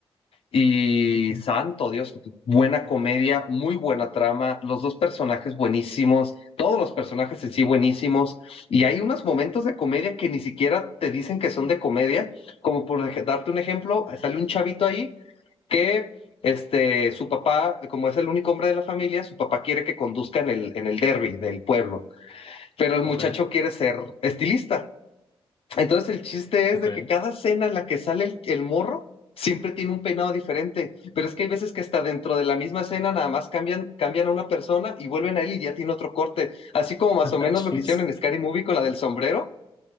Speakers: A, on the left (about 70°); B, on the left (about 45°).
A: Y
B: Mm, mm.
A: santo Dios, buena comedia, muy buena trama, los dos personajes buenísimos, todos los personajes en sí buenísimos, y hay unos momentos de comedia que ni siquiera te dicen que son de comedia, como por ej- darte un ejemplo, sale un chavito ahí que este, su papá, como es el único hombre de la familia, su papá quiere que conduzca en el, en el derby del pueblo, pero el
B: Ok,
A: muchacho quiere ser estilista. Entonces el chiste
B: ok.
A: es de que cada escena en la que sale el, el morro siempre tiene un peinado diferente, pero es que hay veces que hasta dentro de la misma escena nada más cambian, cambian a una persona y vuelven a él y ya tiene otro corte, así como más
B: <laughs>
A: o menos
B: Chis.
A: lo que hicieron en Scary Movie con la del sombrero,